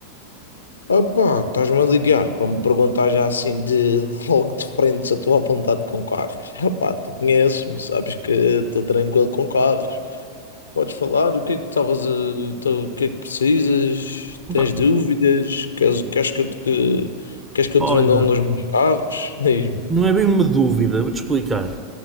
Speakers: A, on the left; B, on the right.
A: Opá, estás-me a ligar para me perguntar já assim de <laughs> logo de frente se eu estou à vontade com carros. <laughs> Opá, tu conheces-me, sabes que estou tranquilo com carros. Podes falar, o que é que estavas a- tu- o que é que precisas? Tens
B: Opa,
A: dúvidas? Queres, queres que eu te, que- queres que eu
B: Olha,
A: te venda um dos meus carros? Diz-me.
B: não é bem uma dúvida, vou-te explicar.